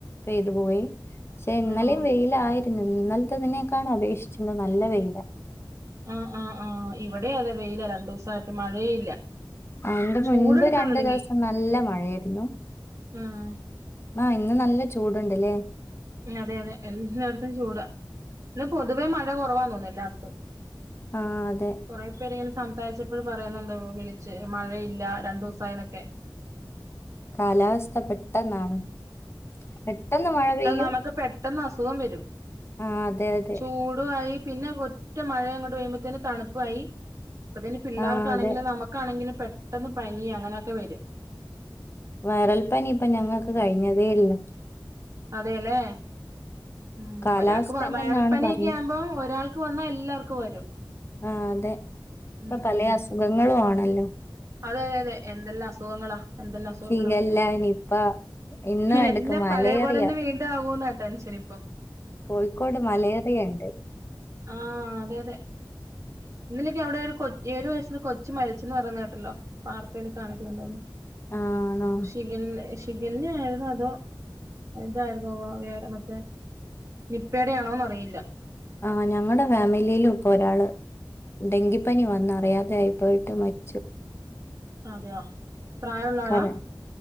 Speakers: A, on the left; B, on the right.
A: പെയ്തു പോയി പക്ഷെ ഇന്നലേം
B: ആഹ്
A: വെയ്ലായിരുന്നു ഇന്നലത്തതിനെക്കാൾ അപേക്ഷിച്ച് ഇന്ന് നല്ല വെയ്ലാ
B: ആഹ് ആഹ് ആഹ് ഇവിടേം അതെ വെയ്ലാ രണ്ടൂസായിട്ട് മഴയേ ഇല്ല
A: ഇതിന് മുൻപ്
B: ചൂടെടുക്കാൻ
A: രണ്ടു
B: തുടങ്ങി
A: ദിവസം നല്ല മഴയാരുന്നു
B: ഉം
A: ആഹ് ഇന്ന് നല്ല ചൂടുണ്ടല്ലേ
B: ഉം അതെ അതെ എല്ലാടത്തും ചൂടാ ഇന്ന് പൊതുവേ മഴ കൊറവാന്ന് തോന്നുന്നു എല്ലാടത്തും
A: ആഹ് അതെ
B: കൊറെ പേരിങ്ങനെ സംസാരിച്ചപ്പഴും പറയുന്നുണ്ട് വിളിച്ച് മഴയില്ല രണ്ടൂസായിന്നൊക്കെ
A: കാലാവസ്ഥ പെട്ടെന്നാണ് പെട്ടെന്ന് മഴ പെയ്യ്‌
B: നമക്ക് പെട്ടെന്ന് അസുഖം വരും
A: ആഹ് അതെ അതെ
B: ചൂട്വായി പിന്നെ ഒ ഒറ്റ മഴയങ്ങോട്ട് പെയ്യുമ്പോത്തന്നെ തണുപ്പായി അപ്പ തന്നെ പിള്ളേർക്കാണെങ്കിലും
A: ആഹ് അതെ
B: നമു ക്കാണെങ്കിലും പെട്ടന്ന് പനി അങ്ങനക്കെ വെരും
A: വയറൽപ്പനി ഇപ്പ ഞങ്ങക്ക് കഴിഞ്ഞതേള്ളു
B: അതെല്ലേ ഉം
A: കാലാവസ്ഥന്റെ
B: ഒരാക്ക്‌ വ വയറൽ
A: തന്നെയാണ്
B: പനിയക്കെ
A: പറഞ്ഞ
B: ആകുമ്പം ഒരാൾക്ക് വന്നാ എല്ലാർക്കും വരും
A: ആഹ് അതെ ഇപ്പ
B: ഉം
A: പലെ
B: ഉം
A: അസുഖങ്ങളും ആണല്ലോ
B: അതെ അതെ അതെ എന്തെല്ലാം അസുഖങ്ങളാ എന്തെല്ലാം അസുഖങ്ങളാ
A: ശിഖല്ല നിപ്പ ഇന്ന് കണ്ടക്ക്
B: എല്ലാം
A: മലേറിയ
B: പഴയ പോലന്നെ വീണ്ടും ആകുവോന്നാ ടെൻഷനിപ്പം
A: കോഴിക്കോട് മലേറിയ ഇണ്ട്.
B: ആഹ്, അതെ, അതെ. ഇന്നലക്കെ അവിടെ ഒരു കൊ ഏഴു വയസ്സ്ല്ലെ കൊച്ചു മരിച്ചന്ന് പറയുന്ന കേട്ടല്ലോ? വാർത്തേൽ കാണിക്കുന്നുണ്ടായിര്ന്നു.
A: ആണോ?
B: ശിഖല്ല, ശിഖല്ലെ ആണോ? അതോ ഇതായിരുന്നുവോ വേറെ മറ്റേ നിപ്പേടെയാണോന്ന് അറിയില്ല.
A: ആഹ് ഞങ്ങടെ ഫാമിലിയിലും ഇപ്പൊ ഒരാള് ഡെങ്കിപ്പനി വന്നറിയാതെ ആയി പോയിട്ട് മരിച്ചു.
B: അതെയോ? പ്രായമുള്ള
A: <unintelligible>
B: ആളാ